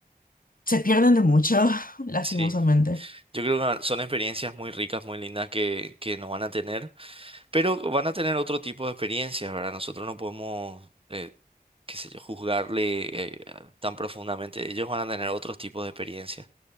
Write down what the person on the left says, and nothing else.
se pierden de mucho, <laughs> lastimosamente.